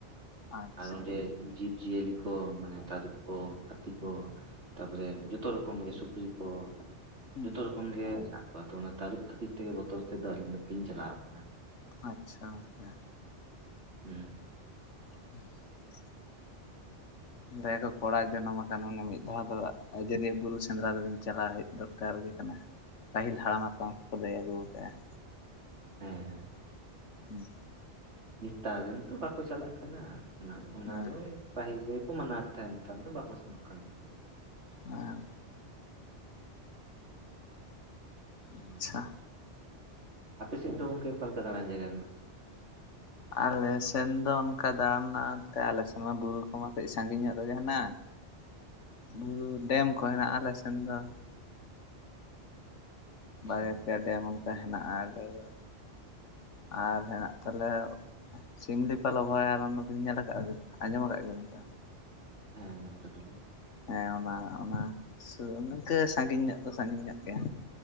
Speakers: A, on the right; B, on the left.
A: ᱾
B: ᱟᱪᱪᱷᱟ
A: ᱟᱨ ᱚᱸᱰᱮ ᱡᱤᱵᱽᱼᱡᱤᱭᱟᱹᱞᱤ ᱠᱚ ᱢᱟᱱᱮ ᱛᱟᱹᱨᱩᱵ ᱠᱚ ᱦᱟᱹᱛᱤ ᱠᱚ ᱾ ᱠᱚᱨᱮ ᱡᱚᱛᱚ ᱨᱚᱠᱚᱢ ᱜᱮ ᱥᱩᱠᱨᱤ ᱠᱚ
B: ᱦᱩᱸ
A: ᱡᱚᱛᱚ ᱨᱚᱠᱚᱢ ᱜᱮ ᱢᱮᱱᱟᱜ ᱠᱚᱣᱟ ᱛᱚ ᱚᱱᱟ ᱛᱟᱹᱨᱩᱵ ᱠᱷᱟᱹᱛᱤᱨ ᱛᱮᱜᱮ ᱵᱚᱛᱚᱨ ᱛᱮᱫᱚ ᱟᱹᱞᱤᱧ ᱫᱚ ᱵᱟᱞᱤᱧ ᱪᱟᱞᱟᱣ ᱟᱠᱟᱱᱟ ᱾
B: ᱟᱪᱷᱟ ᱜᱮ ᱾
A: ᱦᱩᱸ ᱾
B: <inaudible> ᱞᱟᱹᱭ ᱟᱠᱚ ᱠᱚᱲᱟᱭ ᱡᱚᱱᱚᱢ ᱟᱠᱟᱱ ᱢᱟᱱᱮ ᱢᱤᱫ ᱫᱷᱟᱣ ᱫᱚ ᱟᱡᱚᱫᱤᱭᱟᱹ ᱵᱩᱨᱩ ᱥᱮᱸᱫᱽᱨᱟ ᱫᱚᱵᱤᱱ ᱪᱟᱞᱟᱣ ᱦᱮᱡ ᱫᱚᱨ ᱼᱼ ᱠᱟᱨ ᱜᱮ ᱠᱟᱱᱟ ᱯᱟᱹᱦᱤᱞ ᱦᱟᱲᱟᱢ ᱦᱟᱟᱯᱲᱟᱢ ᱠᱚᱠᱚ ᱞᱟᱹᱭ ᱟᱹᱜᱩ ᱟᱠᱟᱜᱼᱟ ᱾
A: ᱦᱮᱸ
B: ᱦᱩᱸ ᱾
A: ᱱᱮᱛᱟᱨ ᱨᱮᱱ ᱛᱚ ᱵᱟᱠᱚ ᱪᱟᱞᱟᱜ ᱠᱟᱱᱟ
B: ᱦᱩᱸ᱾
A: ᱚᱱᱟ ᱫᱚ ᱾ ᱯᱟᱹᱦᱤᱞ ᱨᱮᱜᱮ ᱠᱚ ᱢᱟᱱᱟᱣᱮᱫ ᱛᱟᱦᱮᱸᱫ ᱱᱮᱛᱟᱨ ᱫᱚ ᱵᱟᱠᱚ ᱥᱮᱱᱚᱜ ᱠᱟᱱᱟ ᱾
B: ᱦᱮ ᱾
A: ᱦᱩᱸ
B: ᱟᱪᱪᱷᱟ
A: ᱾ ᱟᱯᱮ ᱥᱮᱫ ᱫᱚ ᱜᱚᱝᱠᱮ ᱚᱠᱟᱮ ᱞᱮᱠ ᱫᱟᱬᱟᱱ ᱡᱟᱭᱜᱟ ᱢᱮᱱᱟᱜᱼᱟ?
B: ᱟᱞᱮ ᱥᱮᱱ ᱫᱚ ᱚᱱᱠᱟ ᱫᱟᱬᱟᱱᱟᱱᱛᱮ ᱟᱞᱮ ᱥᱮᱱ ᱢᱟ ᱵᱩᱨᱩ ᱠᱚᱢᱟ ᱠᱟᱹᱡ ᱥᱟᱺᱜᱤᱧ ᱧᱚᱜ ᱨᱮᱜᱮ ᱦᱮᱱᱟᱜᱼᱟ᱾
A: <unintelligible>
B: ᱵᱩᱨᱩ ᱰᱮᱢ ᱠᱚ ᱦᱮᱱᱟᱜᱼᱟ ᱟᱞᱮ ᱥᱮᱱ ᱫᱚ ᱾
A: ᱟᱪᱪᱷᱟ
B: ᱵᱟᱨᱭᱟ ᱯᱮᱭᱟ ᱰᱮᱢ ᱚᱱᱠᱟ ᱦᱮᱱᱟᱜᱼᱟ ᱟᱞᱮ ᱫᱚ ᱟᱨ ᱦᱮᱱᱟᱜ ᱛᱟᱞᱮᱭᱟ ᱥᱤᱢᱞᱤᱯᱟᱞ ᱚᱵᱷᱚ ᱟᱨᱚᱱᱚ ᱵᱤᱱ ᱚᱱᱟᱵᱤᱱ ᱧᱮᱞ ᱟᱠᱟᱫᱼᱟ ᱟᱸᱡᱚᱢ ᱟᱠᱟᱫ ᱜᱮᱭᱟ ᱵᱮᱱ ᱛᱚ?
A: ᱦᱮᱸ ᱟᱹᱧᱡᱚᱢ ᱠᱟᱫᱟ ᱞᱤᱧ ᱾
B: ᱦᱮᱸ ᱚᱱᱟ ᱚᱱᱟ ᱥᱩᱨ ᱤᱝᱠᱟᱹ ᱥᱟᱺᱜᱤᱧ ᱧᱚᱜ ᱫᱚ ᱥᱟᱺᱜᱤᱧ ᱧᱚᱜ ᱜᱮᱭᱟ